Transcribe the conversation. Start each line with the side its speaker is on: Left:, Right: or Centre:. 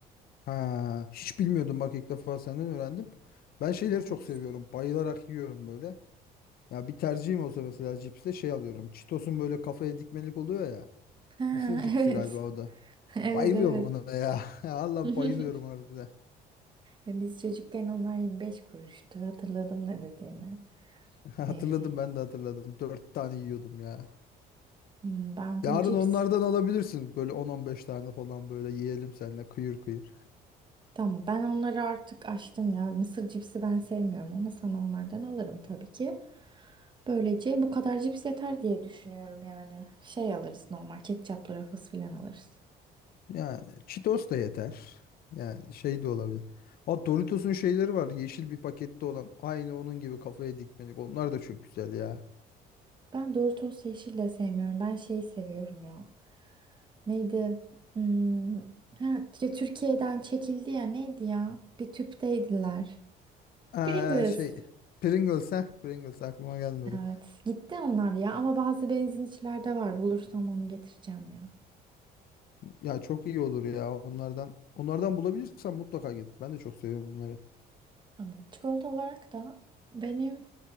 Left: Ha, hiç bilmiyordum bak ilk defa senden öğrendim. Ben şeyleri
Right: Evet.
Left: çok seviyorum. Bayılarak yiyorum böyle. Ya bir tercihim olsa mesela cipste şey alıyorum. Cheetos'un böyle kafaya dikmelik oluyor ya.
Right: Ha <laughs>
Left: Mısır cipsi
Right: evet.
Left: galiba o da.
Right: <laughs> Evet
Left: Bayılıyorum
Right: evet.
Left: buna ya. <laughs> Allah
Right: <laughs>
Left: bayılıyorum harbiden.
Right: Ya biz çocukken onlar 25 kuruştu. Hatırladım ne dediğini.
Left: <laughs> Hatırladım
Right: Ee,
Left: ben de hatırladım. Dört tane yiyordum ya.
Right: hmm, ben
Left: Yarın
Right: bu cips...
Left: onlardan alabilirsin. Böyle on on beş tane falan böyle yiyelim seninle kıyır kıyır.
Right: Tamam ben onları artık açtım ya. Mısır cipsi ben sevmiyorum ama sana onlardan alırım tabii ki. Böylece bu kadar cips yeter diye düşünüyorum yani. Şey alırız normal ketçaplı rafız falan alırız.
Left: Yani Cheetos da yeter. Yani şey de olabilir. O Doritos'un şeyleri var. Yeşil bir pakette olan. Aynı onun gibi kafaya dikmelik. Onlar da çok güzel ya.
Right: Ben Doritos yeşil de sevmiyorum. Ben şeyi seviyorum ya. Neydi? Hmm, ha, ya Türkiye'den çekildi ya neydi ya? Bir tüpteydiler.
Left: Ee,
Right: Pringles.
Left: şey Pringles ha. Pringles aklıma gelmedi.
Right: Evet. Gitti onlar ya ama bazı benzinçilerde var. Bulursam onu getireceğim ya.
Left: Ya çok iyi olur ya onlardan. Onlardan bulabilirsem mutlaka git. Ben de çok seviyorum bunları.
Right: Tamam. Çikolata olarak da benim